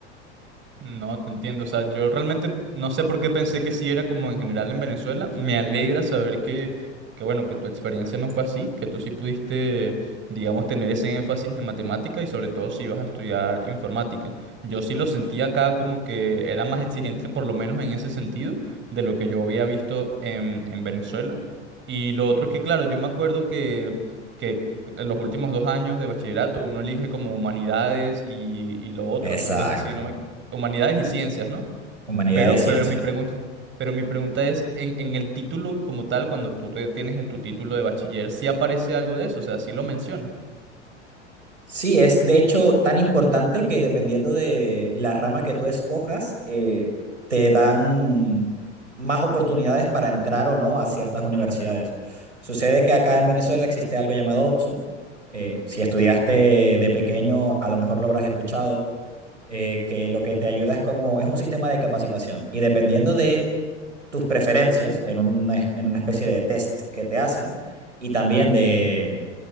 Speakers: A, on the right; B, on the right.
A: No, te entiendo. O sea, yo realmente no sé por qué pensé que sí era como en general en Venezuela. Me alegra saber que, que bueno, que tu experiencia no fue así, que tú sí pudiste, digamos, tener ese énfasis en matemática y sobre todo si ibas a estudiar informática. Yo sí lo sentí acá como que era más exigente, por lo menos en ese sentido, de lo que yo había visto en, en Venezuela. Y lo otro es que, claro, yo me acuerdo que... que en los últimos dos años de bachillerato uno elige como humanidades y, y lo otro,
B: Exacto.
A: eh, si no me humanidades y ciencias, ¿no?
B: humanidades
A: Pero,
B: de ciencia.
A: pero mi pregunta, pero mi pregunta es, en, en el título como tal, cuando tú te- tienes tu título de bachiller, ¿sí aparece algo de eso? O sea, ¿sí lo menciona?
B: Sí, es de hecho tan importante que dependiendo de la rama que tú escojas, eh, te dan más oportunidades para entrar o no a ciertas universidades. Sucede que acá en Venezuela existe algo llamado OPSU. Eh, si estudiaste de pequeño, a lo mejor lo habrás escuchado, eh, que lo que te ayuda es como, es un sistema de capacitación y dependiendo de tus preferencias en una, en una especie de test que te hacen y también de,